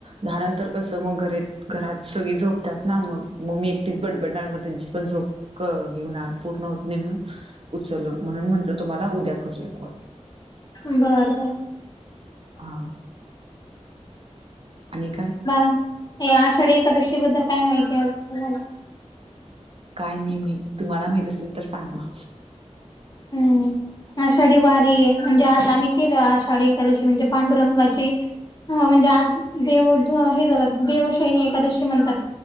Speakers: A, on the right; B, on the left.
A: दहा नंतर कसं मग घरी घरात सगळी झोपतात ना, मग मम्मी एकटीच बडबडणार, मग त्यांची पण झोप. क हे हुणार, पूर्ण होत नाही, म्हणून उचल म्हणून म्हटलं तुम्हाला उद्या करूया कॉल.
B: बरं बर.
A: हा. आणि काय?
B: हा ते आषाढी एकादशी बद्दल काय माहिती आहे तुम्हाला?
A: काय नाही माहित. तुम्हाला माहित आसल तर सांगा?
B: हम्म. आषाढी वारी, म्हणजे आज आम्ही केलं. आषाढी एखादशी म्हणजे पांडुरंगाची हा म्हणजे आज देव हे जातात, देवशयनी एकादशी म्हणतात.